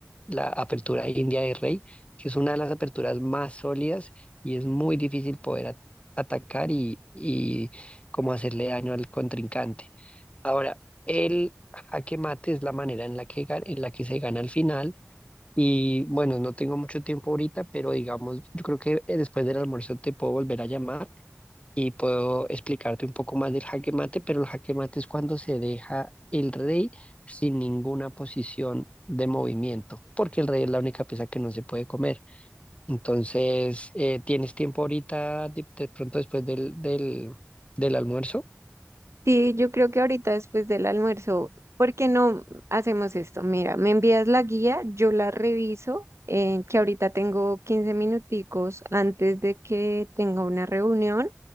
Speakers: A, on the left (about 25°); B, on the right (about 60°).
A: La apertura india de rey, que es una de las aperturas más sólidas y es muy difícil poder at- atacar y, y como hacerle daño al contrincante. Ahora, el jaque mate es la manera en la que, ga- en la que se gana al final. Y bueno, no tengo mucho tiempo ahorita, pero digamos, yo creo que eh, después del almuerzo te puedo volver a llamar y puedo explicarte un poco más del jaque mate, pero el jaque mate es cuando se deja el rey sin ninguna posición de movimiento, porque el rey es la única pieza que no se puede comer. Entonces, eh, ¿tienes tiempo ahorita, de, de pronto después del, del, del almuerzo?
B: Sí, yo creo que ahorita después del almuerzo, ¿por qué no hacemos esto? Mira, me envías la guía, yo la reviso, eh, que ahorita tengo 15 minuticos antes de que tenga una reunión.